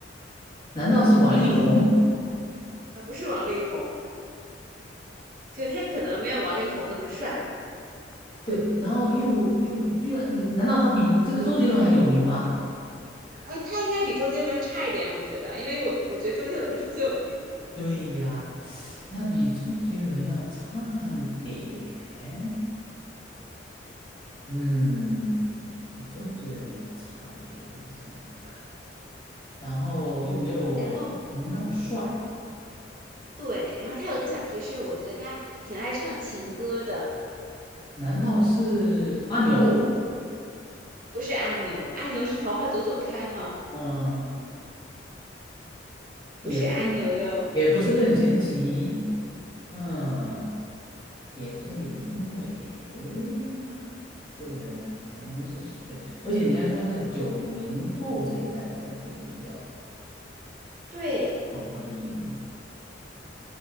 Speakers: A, on the left (about 25°); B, on the right (about 50°).
A: 难道是王力宏？
B: 啊、呃不是王力宏，就他可能没有王力宏那么帅，
A: 对，然后又又居然，难道他比这个周杰伦还有名吗？
B: 呃，他应该比周杰伦差一点，我觉得，因为我我觉得周杰伦是最有名的。
A: 对呀，那比周杰伦要差一点。嗯，比周杰伦要差一点，我想想看。然后又没有王力宏那么帅，
B: 然后对，然后他有一个小提示，我觉得他挺爱唱情歌的。
A: 难道是阿牛？
B: 不是阿牛，阿牛是桃花朵朵开吗？
A: 嗯。也不。
B: 不是阿牛哟。
A: 也不是任贤齐，嗯，也不是李宗伟啊，这个人还能是谁？而且你刚才说在九零后这一代的人会比较
B: 对，
A: 受欢迎。